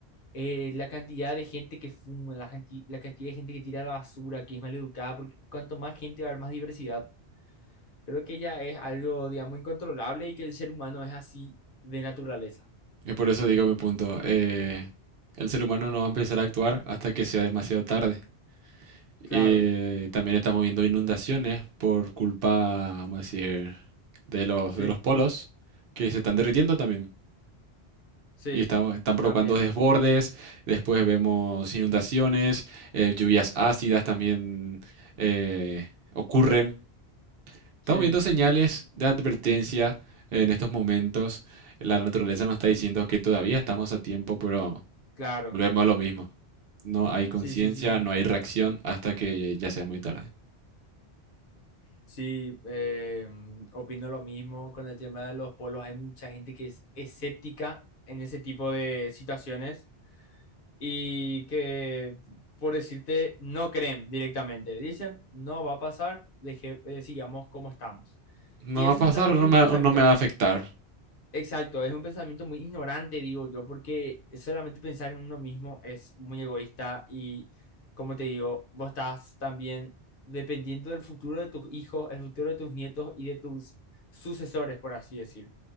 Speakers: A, on the left (about 60°); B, on the right (about 65°).
A: eh, la cantidad de gente que fuma, la, gente- la cantidad de gente que tira la basura, que es maleducada, porque cuanto más gente va a haber más diversidad. Creo que ya es algo, digamos, incontrolable y que el ser humano es así de naturaleza.
B: Y por eso digo mi punto. eh, el ser humano no va a empezar a actuar hasta que sea demasiado tarde.
A: Claro,
B: Eh, también estamos viendo inundaciones por culpa, vamos a decir, de los,
A: sí,
B: de los polos que se están derritiendo también.
A: sí,
B: Y estamos, están provocando
A: también,
B: desbordes, después vemos inundaciones, eh, lluvias ácidas también eh, ocurren Estamos
A: sí,
B: viendo señales de advertencia en estos momentos. La naturaleza nos está diciendo que todavía estamos a tiempo, pero
A: claro,
B: volvemos a lo mismo. No hay conciencia,
A: sí, sí, sí, sí.
B: no hay reacción hasta que ya sea muy tarde.
A: Sí, eh, opino lo mismo con el tema de los polos. Hay mucha gente que es escéptica en ese tipo de situaciones. y que, por decirte, no creen directamente. Dicen, no va a pasar, deje, eh, sigamos como estamos. Y
B: No
A: ese
B: va a pasar
A: justamente
B: o no
A: es un
B: me,
A: pensamiento,
B: o no me va a afectar.
A: exacto, es un pensamiento muy ignorante, digo yo, porque solamente pensar en uno mismo es muy egoísta y, como te digo, vos estás también dependiendo del futuro de tus hijos, el futuro de tus nietos y de tus sucesores, por así decir.